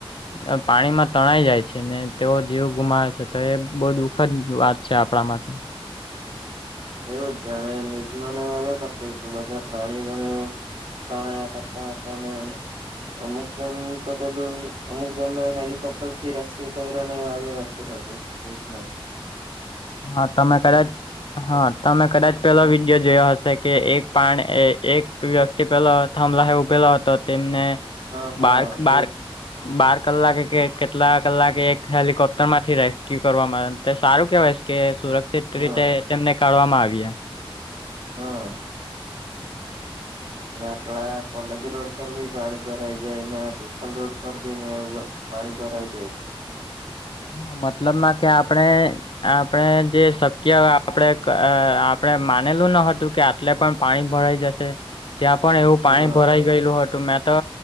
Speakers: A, on the left (about 60°); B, on the right (about 60°).
A: અ પાણીમાં તણાઈ જાય છે ને તેઓ જીવ ગુમાવે છે તો એ બહુ દખ ખરી વાત છે આપણા માટે
B: એવું જ જાણે નિઝમા આવ્યા કરત તું બધા પ્રાણીઓને તણ કરતા હતા અને અમુક જન તો પેલું અમુક જનને હેલિકોપ્ટર થી રેસ્ક્યુ કરીને વા આવ્ય કરતું હતું. એજમાં
A: હા તમે કદાચ હા તમે કદાચ પેલો વિડીયો જોયો હશે કે એક પાણ એ એક પેલા થંભલા હ ઉભેલો હતો તેમને
B: હા હા
A: બાર બાર
B: તેજ
A: બાર કલાકે કે કેટલા કલાકે એક હેલિકોપ્ટર માંથી રેસ્ક્યુ કરવા આવે તે સારું કેવાય. કે સુરક્ષિત
B: હા
A: રીતે તેમને કાઢવામાં આવી્યા.
B: હા ના પડા કોલેજ રોડ પર ભી પાણી ભરાઈ જાય ના ટલ રોડ પરી ના પાણી ભરાય જાય.
A: હા મતલબમાં કે આપણે. આપણે જે શક્ય આપણે આપણેે માનેલું ન હતું કે એટલે પણ પાણી ભરાઈ જશે ત્યાં પણ એવું
B: હા
A: પાણી ભરાઈ ગયેલું હતું મેં તો